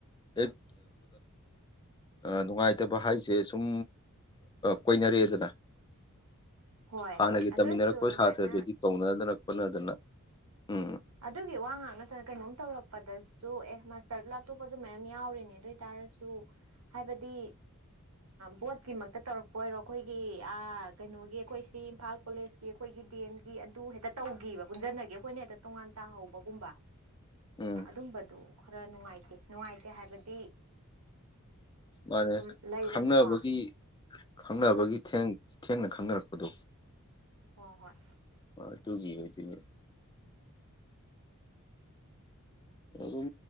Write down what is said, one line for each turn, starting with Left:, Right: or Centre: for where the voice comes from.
Left: ꯍꯦꯛ ꯅꯨꯡꯉꯥꯏꯇꯕ ꯍꯥꯏꯁꯦ ꯁꯨꯝ ꯀꯣꯏꯅꯔꯑꯦꯗꯅ
Right: ꯍꯣꯏ
Left: ꯍꯥꯟꯅꯒꯤ
Right: ꯍꯣꯏ ꯑꯗꯨꯏꯁꯨ
Left: ꯇꯝꯃꯤꯟꯅꯔꯛꯄ
Right: ꯑꯗꯨꯃꯥꯏꯅ
Left: ꯁꯥꯇ꯭ꯔꯗꯨꯗꯤ ꯀꯧꯅꯗꯅ ꯈꯣꯠꯅꯗꯅ ꯎꯝ
Right: ꯑꯗꯨꯒꯤ ꯋꯥ ꯉꯥꯛ ꯅꯠꯇꯅ ꯀꯩꯅꯣꯝ ꯇꯧꯔꯛꯄꯗꯁꯨ ꯑꯦ ꯃꯥꯁꯇꯔꯗꯨ ꯂꯥꯛꯇꯣꯛꯄꯁꯨ ꯃꯌꯥꯝ ꯌꯥꯎꯔꯤꯅꯦ ꯑꯗꯨ ꯑꯣꯏꯇꯥꯔ ꯍꯥꯏꯔꯁꯨ ꯍꯥꯏꯕꯗꯤ ꯕꯣꯠꯀꯤꯃꯛꯇ ꯇꯧꯔꯛꯄ ꯑꯣꯏꯔꯣ ꯑꯩꯈꯣꯏꯒꯤ ꯀꯩꯅꯣꯒꯤ ꯑꯩꯈꯣꯏ ꯁꯤ ꯏꯝꯐꯥꯜ ꯀꯣꯂꯦꯖꯀꯤ ꯑꯩꯣꯏ ꯑꯩꯈꯣꯏꯒꯤ ꯗꯦꯝꯒꯤ ꯑꯗꯨ ꯍꯦꯛꯇ ꯇꯧꯈꯤꯕ ꯄꯨꯟꯁꯤꯟꯅꯒꯦ ꯑꯩꯈꯣꯏꯅ ꯍꯦꯛꯇ ꯇꯣꯉꯥꯟ ꯇꯥꯍꯧꯕꯒꯨꯝꯕ
Left: ꯎꯝ
Right: ꯑꯗꯨꯝꯕꯗꯨ ꯈꯔ ꯅꯨꯡꯉꯥꯏꯇꯦ ꯅꯨꯡꯉꯥꯏꯇꯦ ꯍꯥꯏꯕꯗꯤ
Left: ꯃꯥꯅꯦ
Right: ꯁꯨꯝ ꯂꯩꯗꯅꯀꯣ
Left: ꯈꯪꯅꯕꯒꯤ ꯈꯪꯅꯕꯒꯤ
Right: ꯑꯥ
Left: ꯊꯦꯡ ꯊꯦꯡꯅ ꯈꯪꯅꯔꯛꯄꯗꯣ
Right: ꯍꯣꯏ ꯍꯣꯏ
Left: ꯑꯗꯨꯒꯤ ꯎꯝ ꯑꯗꯨꯝ